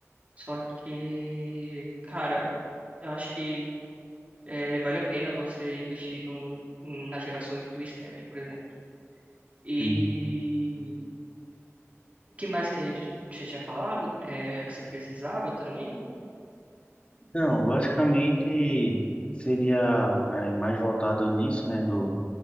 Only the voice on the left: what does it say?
Hum.
Não, basicamente seria é, mais voltado nisso, né, do